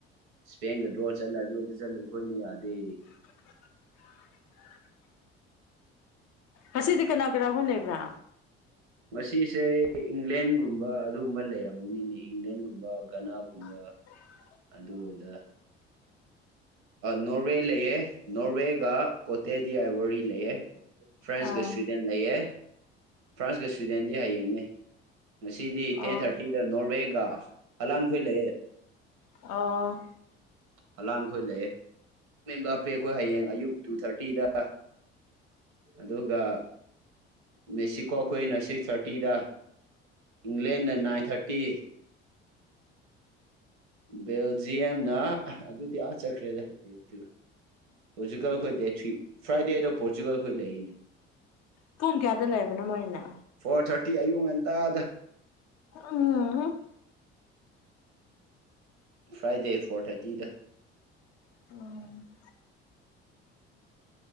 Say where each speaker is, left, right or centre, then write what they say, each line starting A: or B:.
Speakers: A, on the right (about 65°); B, on the left (about 55°).
A: ꯏꯁꯄꯦꯟꯒ ꯗ꯭ꯔꯣ ꯆꯠꯂ ꯑꯗꯨ ꯆꯠꯂ ꯑꯩꯈꯣꯏꯅ ꯌꯥꯗꯦ
B: <inaudible> ꯍꯁꯤꯗꯤ ꯀꯅꯥ ꯀ꯭ꯔꯒꯅꯦ ꯏꯕ꯭ꯔꯥ
A: ꯃꯁꯤꯁꯦ ꯏꯪꯂꯦꯟꯒꯨꯝꯕ ꯑꯗꯨꯒꯨꯝꯕ ꯂꯩꯔꯝꯒꯅꯤꯅꯦ ꯏꯪꯂꯦꯟꯒꯨꯝꯕ ꯒꯅꯥꯒꯨꯝꯕ
B: <inaudible>
A: ꯑꯗꯨꯗ ꯅꯣꯔꯋꯦ ꯂꯩꯑꯦ ꯅꯣꯔꯋꯦꯒ ꯀꯣꯇꯦꯗꯤꯥꯏ ꯋꯥꯔꯤꯔꯤ ꯂꯩꯑꯦ ꯐ꯭ꯔꯥꯟꯁꯒ
B: ꯑꯥ
A: ꯁ꯭ꯤꯗꯦꯟ ꯂꯩꯌꯦ ꯐ꯭ꯔꯥꯟꯁꯀ ꯁ꯭ꯋꯤꯗꯦꯟꯗꯤ ꯍꯌꯦꯡꯅꯦ ꯉꯁꯤꯗꯤ
B: ꯑꯣ
A: ꯇꯦꯟ ꯊꯥꯔꯇꯤꯗ ꯅꯣꯔꯋꯦꯒ ꯍꯂꯥꯟꯈꯣꯏ ꯂꯩꯦ
B: ꯑ
A: ꯍꯂꯥꯟꯈꯣꯏ ꯂꯩꯑꯦ ꯃꯦꯝ ꯞꯄꯦ ꯑꯩꯈꯣꯏ ꯍꯌꯦꯡ ꯑꯌꯨꯛ ꯇꯨ ꯊꯥꯔꯇꯤꯗ ꯑꯗꯨꯒ ꯃꯦꯛꯁꯤꯀꯣ ꯑꯩꯈꯣꯏꯅ ꯁꯤꯛꯁ ꯊꯥꯔꯇꯤꯗ ꯏꯪꯂꯦꯟꯅ ꯅꯥꯏꯟ ꯊꯥꯔꯇꯤ ꯕꯦꯜꯖꯤꯌꯝꯅ ꯑꯗꯨꯗꯤ ꯑꯥ ꯆꯠꯈ꯭ꯔꯦꯗꯦꯠꯇꯨ ꯄꯣꯔꯆꯨꯒꯜ ꯑꯩꯈꯣꯏ ꯗꯦ ꯊ꯭ꯔꯤ ꯐ꯭ꯔꯥꯏꯗꯦꯗꯣ ꯄꯣꯔꯆꯨꯒꯜ ꯑꯩꯈꯣꯏ ꯂꯩꯔꯤꯅꯦ
B: ꯄꯨꯡ ꯀꯌꯥꯗ ꯂꯩꯕꯅꯣ ꯃꯣꯏꯅ
A: ꯐꯣꯔ ꯊꯥꯔꯇꯤ ꯑꯌꯨꯛ ꯉꯟꯇꯥꯗ
B: ꯎꯝ
A: ꯐ꯭ꯔꯥꯏꯗꯦ ꯐꯣꯔ ꯊꯥꯔꯇꯤꯗ
B: ꯎꯝ